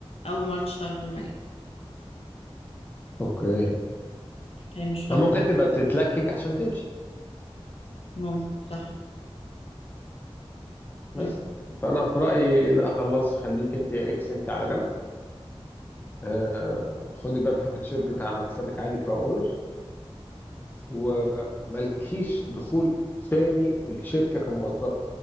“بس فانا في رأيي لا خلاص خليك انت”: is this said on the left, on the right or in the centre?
Left